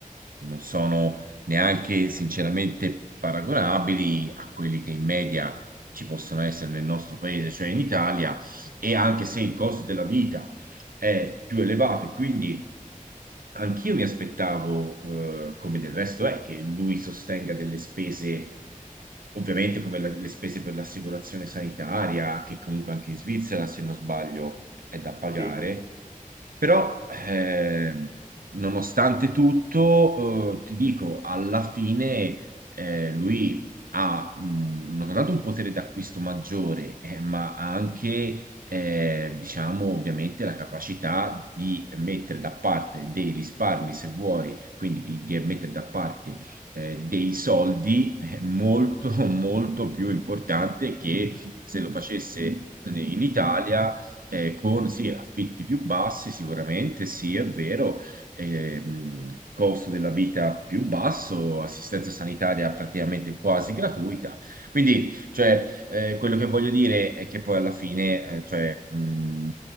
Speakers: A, on the right; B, on the right.
A: non sono neanche sinceramente paragonabili a quelli che in media ci possono essere nel nostro paese, cioè in Italia, e anche se il costo della vita è più elevato e quindi anch'io mi aspettavo, eh, come del resto è, che lui sostenga delle spese, ovviamente come la- le spese per l'assicurazione sanitaria, che comunque anche in Svizzera, se non sbaglio, è da pagare
B: Sì, sì,
A: però,
B: sì,
A: eh, nonostante tutto, eh, ti dico, alla fine eh, lui ha mm, non soltanto un potere d'acquisto maggiore, eh, ma ha anche, eh, diciamo, ovviamente la capacità di mettere da parte dei risparmi, se vuoi, quindi di, di mettere da parte eh, dei soldi, è molto, <laughs> molto più importante che se lo facesse in Italia eh, con sì, affitti più bassi sicuramente, sì, è vero, ehm, costo della vita più basso, assistenza sanitaria praticamente quasi gratuita. Quindi, cioè, eh, quello che voglio dire è che poi alla fine, eh, cioè, mh,